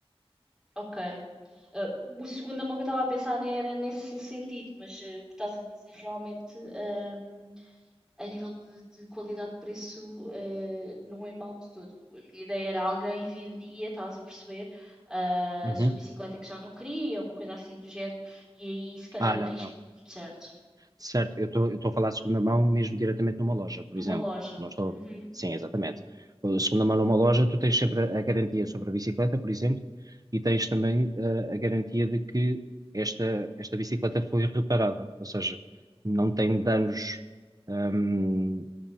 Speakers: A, in the centre; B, on the right (about 35°).
A: ok. Ah, o segunda mão que eu estava a pensar nem era nesse sentido, mas eh, o que estás a dizer realmente, hum, a nível de, de qualidade de preço, eh, não é mau de todo. A minha ideia era alguém vendia, estás a perceber, ah,
B: Uhum.
A: a sua bicicleta que já não queria, uma coisa assim do género, e aí se calhar
B: Ah,
A: o
B: não,
A: risco,
B: não.
A: certo,
B: Certo, eu estou eu estou a falar de segunda mão mesmo diretamente numa loja, por
A: numa
B: exemplo.
A: loja.
B: Não estou.
A: Uhum,
B: Sim, exatamente. Uh, Segunda mão numa loja, tu tens sempre a, a garantia sobre a bicicleta, por exemplo, e tens também uh, a garantia de que esta, esta bicicleta foi reparada, ou seja, não tem danos ehm,